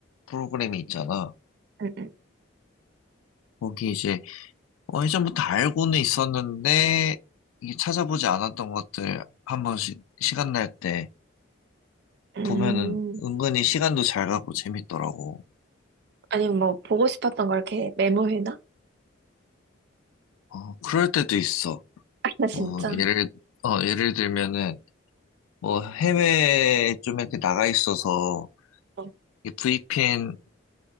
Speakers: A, on the left; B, on the right.
A: 프로그램이 있잖아.
B: 음, 음.
A: 거기 이제 어, 예전부터 알고는 있었는데, 이게 찾아보지 않았던 것들 한 번씩 시간 날 때 보면은
B: 음.
A: 은근히 시간도 잘 가고 재밌더라고.
B: 아니면 뭐 보고 싶었던 걸 이렇게 메모해놔?
A: 어, 그럴 때도 있어.
B: <laughs> 아 진짜?
A: 뭐, 예를, 어, 예를 들면은, 뭐, 해외에 좀 이렇게 나가 있어서,
B: 어,
A: 이 VPN이